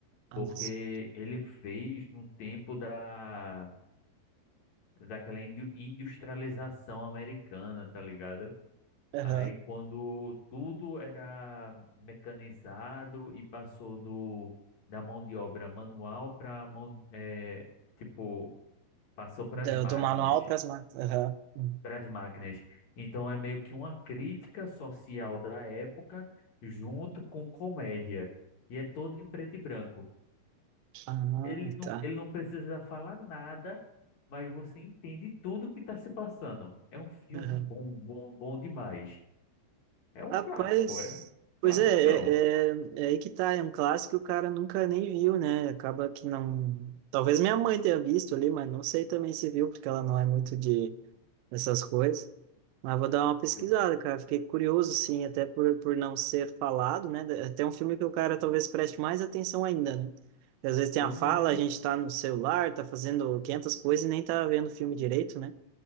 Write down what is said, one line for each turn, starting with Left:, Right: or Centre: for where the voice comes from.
Right: ah,
Left: porque
Right: sim.
Left: ele fez no tempo da daquela indu- industrialização americana, tá ligado?
Right: Aham.
Left: Aí quando tudo era mecanizado e passou do da mão de obra manual para mão é, tipo passou para
Right: Do,
Left: as máquinas,
Right: do manual para as máquinas. Aham. Hum.
Left: para as máquinas. Então é meio que uma crítica social da época junto com comédia e é todo em preto e branco.
Right: Ah,
Left: Ele não,
Right: tá.
Left: ele não precisa falar nada, mas você entende tudo que está se passando. É um filme
Right: Aham.
Left: bom, bom, bom demais. É um
Right: Rapaz,
Left: clássico, é um
Right: pois
Left: classicão.
Right: é, é, é, é aí que tá. É um clássico que o cara nunca nem viu, né? Acaba que não. Talvez minha mãe tenha visto ali, mas não sei também se viu, porque ela não é muito de essas coisas. Mas vou dar uma pesquisada,
Left: Eu-
Right: cara. Fiquei curioso, sim, até por, por não ser falado, né? Até um filme que o cara talvez preste mais atenção ainda, né? Porque às vezes tem
Left: Pois
Right: a fala,
Left: é,
Right: a gente tá no celular, tá fazendo 500 coisas e nem tá vendo o filme direito, né?